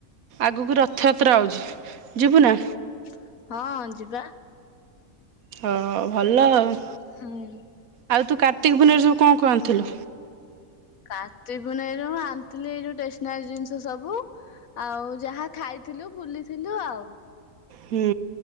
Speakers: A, on the right; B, on the left.
A: ଆଗୁକୁ ରଥଯାତ୍ରା ଆଉଚି ଯିବୁ
B: ହଁ
A: ନା।
B: ହଁ ଯିବା
A: ହଁ ଭଲ ଆଉ
B: ହଁ
A: ଆଉ ତୁ କାର୍ତ୍ତିକ ପୁନେଇରୁ ସବୁ କଁ କଁ ଆନିଥିଲୁ?
B: କାର୍ତ୍ତିକ ପୁନେଇରୁ ମ ଆଣିଥିଲି ଏଇ ଯୋଉ ଟେସନାରି ଜିନିଷ ସବୁ - ଆଉ ଯାହା ଖାଇଥିଲୁ ବୁଲିଥିଲୁ ଆଉ
A: ହୁଁ